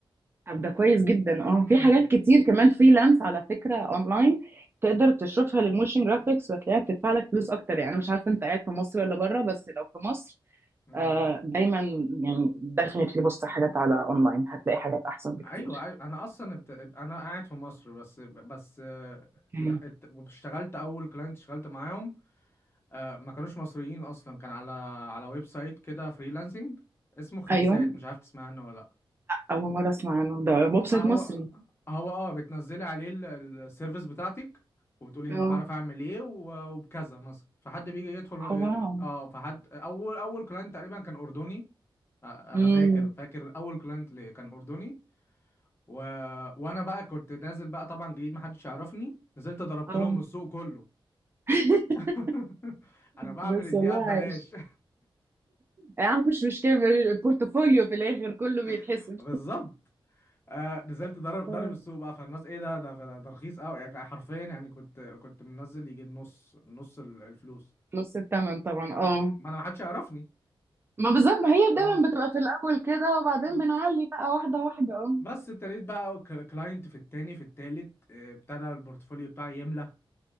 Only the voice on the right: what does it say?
طب ده كويس جدا اه
في حاجات كتير كمان فريلانس على فكره اونلاين تقدر تشوفها للموشن جرافيكس وتلاقيها بتدفع لك فلوس اكتر يعني انا مش عارفه انت قاعد في مصر ولا بره بس لو في مصر
آه دايما يعني دخلت لي بص حاجات على اونلاين هتلاقي حاجات احسن بكتير
مم.
ايوه
اول مره اسمع عنه ده ويب
سايت
مصري
اه
آه، واو
امم
اه
<laughs>
بس
والله
عايش يا عم مش مشكله البورتفوليو في الاخر كله بيتحسب
آه.
نص الثمن طبعا
اه
ما بالظبط ما هي
دايما بتبقى في الأول كده وبعدين
بنعلي بقى واحدة واحدة اه